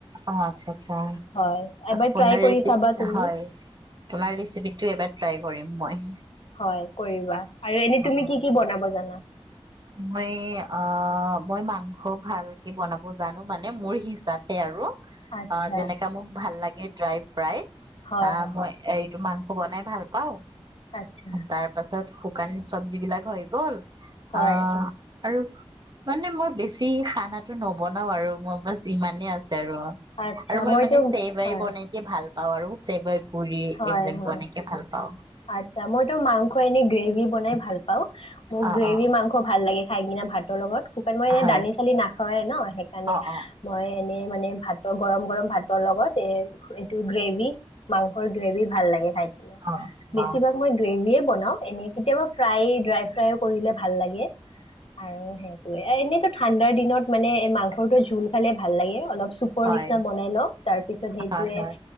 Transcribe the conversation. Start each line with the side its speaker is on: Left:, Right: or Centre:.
Right: অঁ আচ্ছা আচ্ছা,
Left: হয়, এবাৰ
Right: ফো
Left: ট্ৰাই
Right: ৰেচিপ
Left: কৰি চাবা তুমি।
Right: হয় তোমাৰ ৰেচিপিটো এবাৰ ট্ৰাই কৰিম। মই
Left: হয় কৰিবা আৰু এনে
Right: অ অ
Left: তুমি কি কি বনাব জানা!
Right: মই অঁ মই মাংস ভালকে বনাব জানো মানে মোৰ হিচাপে আৰু
Left: আচ্ছা,
Right: অঁ যেনেকা মোক ভাল লাগে, ড্ৰাই ফ্ৰাই,
Left: হয়,
Right: অঁ
Left: হয়,
Right: মই এই এই মাংস বনাই ভাল পাওঁ।
Left: আচ্ছা,
Right: তাৰ পাছত শুকান চ যি বিলাক হৈ গ'ল।
Left: হয়,
Right: অঁ আৰু মানে মই বেছি খানাটো নবনাওঁ আৰু মই মছ ইমানে আছো
Left: আচ্ছা,
Right: আৰু মই
Left: মইতো
Right: মানে চে বাই
Left: হয়,
Right: বনাই কি ভাল পা আৰু চেইব পুৰি এইবিলাক
Left: হয়, হয়,
Right: বনাইকে ভাল পাওঁ।
Left: আচ্ছা মইতো মাংস এনে গ্ৰেভি বনাই ভাল পাওঁ। মোক
Right: অ
Left: গ্ৰেভি
Right: অ
Left: মাংস ভাল লাগে। ঠাই কিনা ভাতৰ লগত শুকান মই এনে
Right: হয়
Left: দানি চালি নাখায় ন সেইকাৰণে
Right: অ অ
Left: মই মে মানে ভাতৰ গৰম গৰম ভাতৰ লগত এ এইটো গ্ৰেভি মাংসৰ গ্ৰেভি ভাল লাগে খাই <unintelligible>
Right: অ
Left: বেছিভাগ
Right: অ অ',
Left: মই গ্ৰেভিয়ে বনাওঁ। বনাওঁ এনে কেতিয়াবা ফ্ৰাই ড্ৰাই ফ্ৰাইও কৰিলে ভাল লাগে। আৰু সেইটোয়ে এ এনেইতো ঠাণ্ডাৰ দিনত মানে এ মাংসটো জোল খালে ভাল লাগে অলপ, চুপৰ
Right: হয়
Left: নিচিনা বনাই লওঁ তাৰ পিছত সেইটোয়ে
Right: হয় হয়